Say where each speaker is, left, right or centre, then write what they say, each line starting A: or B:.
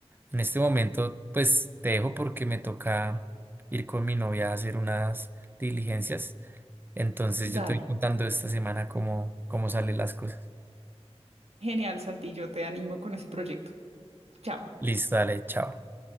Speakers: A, on the right; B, on the right.
A: En este momento, pues te dejo porque me toca ir con mi novia a hacer unas diligencias. Entonces
B: dale.
A: yo te voy contando esta semana cómo, cómo salen las cosas.
B: Genial, Santi, yo te animo con ese proyecto. Chao.
A: Listo, dale, chao.